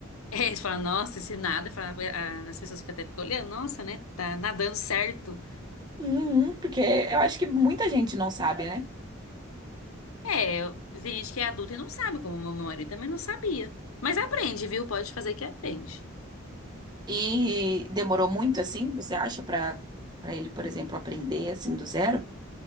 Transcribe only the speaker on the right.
Uhum, porque eu acho que muita gente não sabe, né?
E demorou muito assim, você acha, pra para ele, por exemplo, aprender assim do zero?